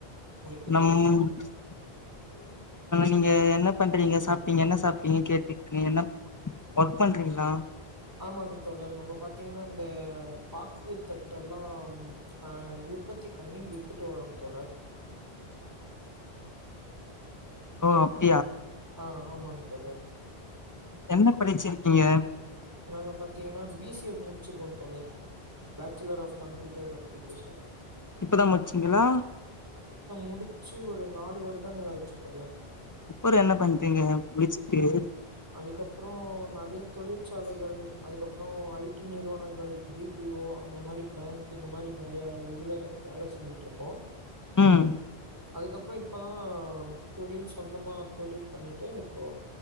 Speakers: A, on the right (about 20°); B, on the left (about 30°).
A: உங்களுக்கு
B: நம்
A: எதனும்
B: <unintelligible> நீங்க என்ன பண்றீங்க சாப்பீங்க என்ன சாப்பீங்க கேட்டீங்க என்ன ஒர்க் பண்றீங்களா
A: ஆமாங்க தோழர் நம்ம பாத்தீங்கன்னா இந்த பாக்குத்தட்ட எல்லாம் அஹ் உற்பத்தி பண்ணி வித்துட்டு வரோங்க தோழர்
B: ஹ
A: ஆஹ் ஆமாங்க தலர்
B: என்ன படிச்சிருக்கீங்க
A: நாங்கள் பார்த்தீங்கன்னா பிசிஎ முடிச்சிருக்கோம் தொடர் பேச்சலர் ஆஃப் கம்ப்யூட்டர் அப்ளிகேஷன்
B: இப்பதான் மச்சிங்களா
A: முடிச்சு ஒரு நாலு வருட ஆச்சு தொடர்
B: அப்புறோ என்ன பண்றீங்க முடிச்சுட்டு
A: அதுக்கப்புறம் நிறைய தொழிற்சாலைகள் அதுக்கப்புறம் ஐடி நிறுவனங்கள் பபிஓ அந்த மாதிரி பேங்க் இந்த மாதிரி நிறைய இதுல வேலை செஞ்சுட்டு இருந்தோம்
B: ம்
A: அதுக்கப்புறம் இப்போதான் தொழில் சொந்தமா தொழில் பண்ணிட்டு இப்போ